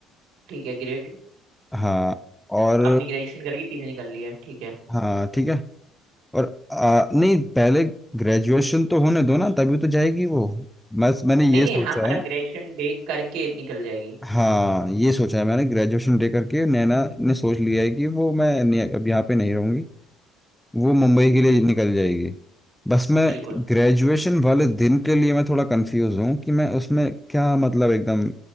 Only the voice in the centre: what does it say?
हाँ और
हाँ ठीक है और आ, नहीं पहले ग्रेजुएशन तो होने दो ना तभी तो जाएगी वो बस मैंने
ये
सोचा
है
हाँ ये सोचा है मैंने ग्रेजुएशन दे करके नैना ने सोच लिया है कि वो मैं नहीं- अब यहाँ पे नहीं रहूंगी वो मुंबई के
लिए
निकल जाएगी बस मैं
ग्रेजुएशन वाले दिन के लिए मैं थोड़ा कंफ्यूज हूँ कि मैं उसमें क्या मतलब एकदम